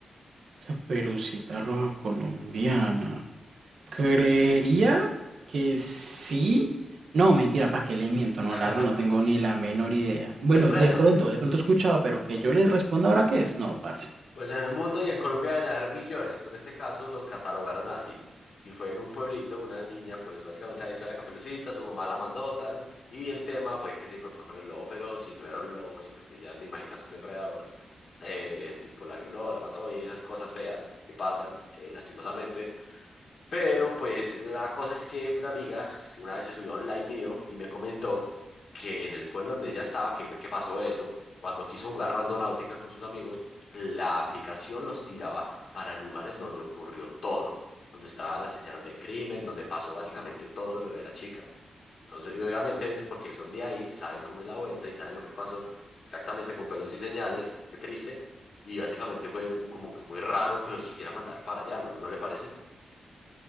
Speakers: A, on the right; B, on the left.
A: caperucita roja colombiana. Creería que sí. No, mentira, ¿para qué le miento? No,
B: <laughs>
A: la verdad no tengo ni la menor idea. Bueno,
B: Pues bueno,
A: de pronto, de pronto he escuchado, pero que yo le responda ahora qué es. No, parce.
B: pues en el mundo y en Colombia deben haber billones, pero este caso lo catalogaron así. Y fue en un pueblito, una niña, pues básicamente la historia de la Caperucita, su mamá la mandó, tan, y el tema fue que se encontró con el lobo feroz, y no era un lobo, sino que ya te imaginas un depredador. eh, el tipo la violó, la mató y esas cosas feas que pasan, eh, lastimosamente. Pero pues la cosa es que una amiga una vez se subió a un live mío y me comentó que en el pueblo donde ella estaba, que fue que pasó eso, cuando quiso jugar Randonáutica con sus amigos, la aplicación los tiraba para el lugar en donde ocurrió todo, donde estaban las escenas del crimen, donde pasó básicamente todo lo de la chica. Entonces, y obviamente ellos, porque son de ahí, saben cómo es la vuelta y saben lo que pasó exactamente con pelos y señales, qué triste. Y básicamente fue un- como que muy raro que los quisiera mandar para allá, ¿no, no le parece?